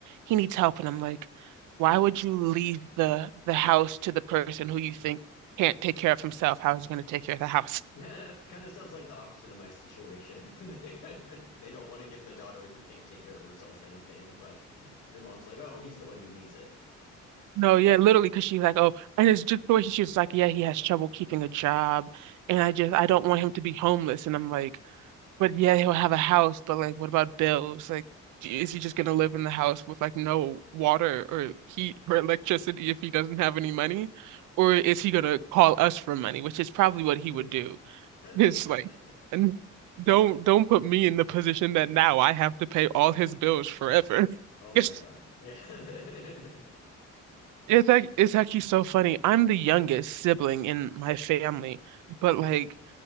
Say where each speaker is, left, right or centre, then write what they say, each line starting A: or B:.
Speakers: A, on the right (about 80°); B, on the left (about 85°).
A: He needs help." And I'm like why would you leave the the house to the person who you think can't take care of himself? How is he going to take care of the house?
B: <laughs> kind of sounds like the opposite of my situation. <laughs> they, they don't want to give the daughter who can't take care of herself anything, but your mom's like, oh, he's the one who needs it.
A: No, yeah, literally, because she's like, oh, and it's just the way she, she was like, yeah, he has trouble keeping a job, and I just I don't want him to be homeless. And I'm like, but yeah, he'll have a house, but like, what about bills? Like, d- is he just going to live in the house with like no water or heat or electricity if he doesn't have any money? Or is he going to call us for money, which is probably what he
B: <laughs>
A: would do. It's like, and don't don't put me in the position that now I have to pay all his bills forever. <laughs>
B: oh
A: It's
B: my god. Yeah. <laughs>
A: it's like it's actually so funny. I'm the youngest sibling in my family, but like